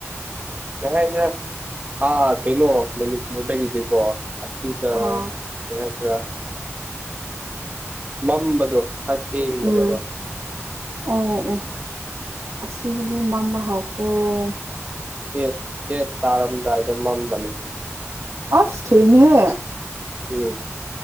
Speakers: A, on the right; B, on the right.
A: ꯀꯩ ꯍꯥꯏꯁꯤꯔ ꯑꯥ ꯀꯩꯅꯣ ꯃꯅꯤꯄꯨꯔꯗꯒꯤꯗꯤꯀꯣ ꯑꯁꯤꯗ
B: ꯑꯥ
A: ꯀꯩ ꯍꯥꯏꯁꯤꯔꯥ ꯃꯝꯕꯗꯣ ꯑꯊꯦꯡꯕꯅꯦꯕ
B: ꯎꯝ ꯑꯣ ꯑꯣ ꯑꯁꯤꯗꯗꯤ ꯃꯝꯕ ꯍꯧꯈꯔ꯭ꯦ꯫
A: ꯇꯦꯠ ꯇꯦꯠ ꯇꯥꯔꯝꯗꯥꯏꯗ ꯃꯝꯕꯅꯦ ꯁꯤꯗ
B: ꯑꯁ ꯊꯦꯡꯉꯦꯍꯦ
A: ꯎꯝ